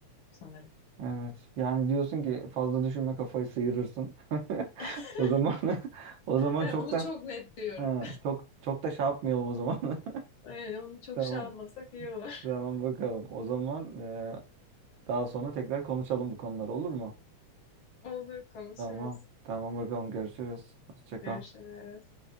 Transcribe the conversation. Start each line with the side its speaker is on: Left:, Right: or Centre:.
Left: sanırım.
Right: Evet. Yani diyorsun ki fazla düşünme kafayı sıyırırsın. <laughs>
Left: <laughs>
Right: O zaman <laughs> o zaman
Left: Evet,
Right: çok
Left: onu
Right: da
Left: çok net diyorum.
Right: ha, çok çok da şey yapmayalım o zaman. <laughs>
Left: Evet, onu çok
Right: Tamam.
Left: şey yapmasak iyi olur.
Right: Tamam bakalım. O zaman e, daha sonra tekrar konuşalım bu konular olur mu?
Left: <laughs> Olur konuşuruz.
Right: Tamam. Tamam bakalım görüşürüz. Hoşça
Left: Görüşürüz.
Right: kal.